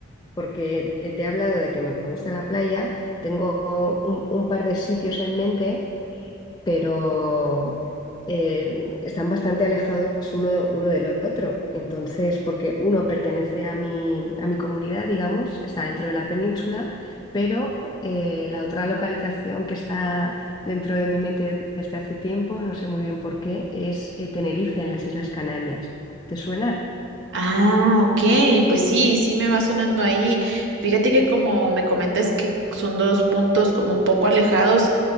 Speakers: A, on the left; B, on the right.
A: porque eh, te he hablado de que me gusta la playa, tengo un un par de sitios en mente pero eh, están bastante alejados uno, uno del otro. Entonces, porque uno pertenece a mi, a mi comunidad, digamos, está dentro de la península, pero eh, la otra localización que está dentro de mi mente desde hace tiempo, no sé muy bien por qué, es eh, Tenerife, en las Islas Canarias. ¿Te suena? <laughs>
B: Ah, ok, pues sí, sí me va sonando ahí. Fíjate que como me comentas que son dos puntos como un poco alejados,